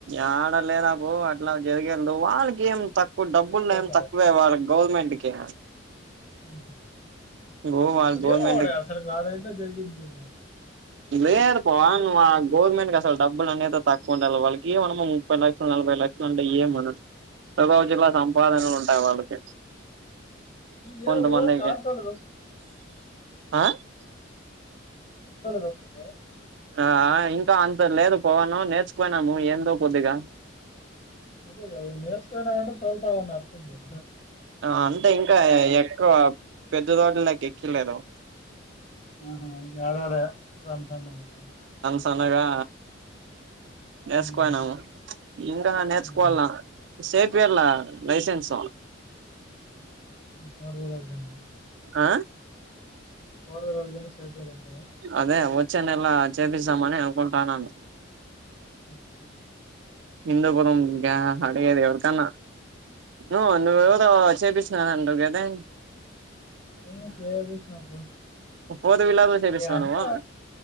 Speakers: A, on the right; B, on the left.
A: ఏడలేదబ్బ అట్లా జరిగనా వాళ్ళకి ఏం తక్కు కఇప్పుడు డబ్బులు
B: అట్లా
A: ఏం
B: అంటావా
A: తక్కువే వాల్లకి గవర్నమెంట్ కి
B: ఉహ్
A: గో వాళ్ళ గవర్నమెంట్
B: ఏమో వాడే అసలు ఆ రేంజులో జరిగింది చూడు మా
A: లేదు పా నువ్వు ఆ గవర్నమెంట్ క అసలు డబ్బులు అనేది తక్కువ ఉండాలే వాళ్ళకి ఏమన్న ముప్పై లక్షలు నలభై లక్షలు ఉంటాయి ఏమన్న ప్రతి రోజుల్లా సంపాదనలు
B: ఉహు.
A: ఉంటాయి వాళ్ళకి
B: <unintelligible>
A: కొంతమందికి
B: కారు తొలేది
A: ఆ
B: వత్తద
A: ఆ ఇంకా అంత లేదు పవను నేర్చుపోయినాము ఏందో కొద్దిగా
B: అదే కదా నేర్చుకొని రమ్మంటే తోల్తా ఉన్న అర్థం కాదు
A: అంటే ఇంకా ఎక్కువ పెద్ద రోడ్లులకి ఎక్కియాలేదు.
B: ఆహా ఆడ వోడ సందు సందు ఆట్లా
A: అనగా నేర్చుకోయినాము
B: ఉమ్.
A: ఇంకా నేర్చుకోవాల
B: హుహు.
A: సేఫీ యాలా లైసెన్స్
B: ఫార్వేదార్గానే
A: ఆ
B: ఫోర్వీలర్ గానే సేపియాలంటావా
A: అదే వచ్చే నేలా చేపిస్తామని అనుకుంటాన్నాను.
B: ఉహ్
A: ఇందు పురం గ్యాంగ్ అడిగేది ఎవరికాన్నా నువ్వు నువ్వు
B: హ్మ్.
A: ఎవరో చేపిస్తున్నావు అంటున్నావ్ కదే
B: హ్ చెపిచ్చిన బ్రో
A: ఫోర్ వీలర్ చేపిస్తావా
B: ఎంత
A: నువ్వు